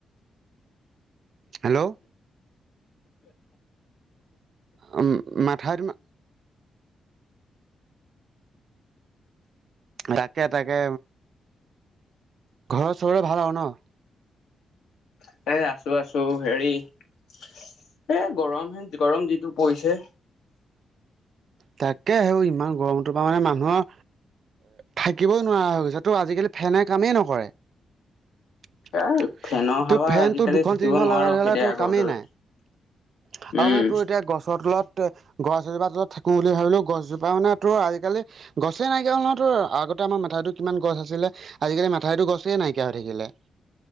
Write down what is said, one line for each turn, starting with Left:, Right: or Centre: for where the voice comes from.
Right: হেল্ল'? অ'! মেথা <unintelligible> তাকে-তাকে, ঘৰৰ-চৰৰ ভাল আৰু ন'?
Left: এ, আছোঁ-আছোঁ। সেৰি, এ, গৰমহে, গৰম যিটো পৰিছে!
Right: তাকে, <unintelligible> ইমান গৰম! তোমাৰ মানে, মানুহৰ থাকিবই নোৱাৰা হৈ গৈছে। ত' আজিকালি, ফেনে কামেই নকৰে। <unintelligible>
Left: এ ফেনৰ
Right: তো
Left: হাৱা
Right: ফেনটো,
Left: আজিকালি
Right: দুখন-তিনিখন
Left: থাকিব নোৱাৰ
Right: লগাই ল'লে,
Left: খেদে
Right: তোৰ
Left: আগৰ
Right: কামেই
Left: দৰে
Right: নাই। আৰু
Left: উম।
Right: মানে, তোৰ এতিয়া, গছৰ তলত, গছ এজোপা তলত থাকোঁ বুলি ভাবিলোঁ, গছজোপা মানে, তোৰ আজিকালি, গছেই নাইকিয়া হ'ল নহয়, তোৰ। আগতে, আমাৰ মেথাউৰিটো কিমান গছ আছিলে। আজিকালি, মেথাউৰিটো গছেই নাইকিয়া, হৈ থাকিলে।